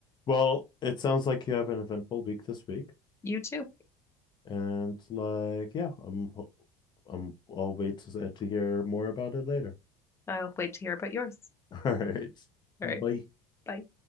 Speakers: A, on the left; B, on the left.
A: Well, it sounds like you have an eventful week this week,
B: You too.
A: and like, yeah, I'm, I'm, I'll wait to, to hear more about it later.
B: I'll wait to hear about yours.
A: <laughs> All right.
B: All
A: Bye.
B: right. Bye.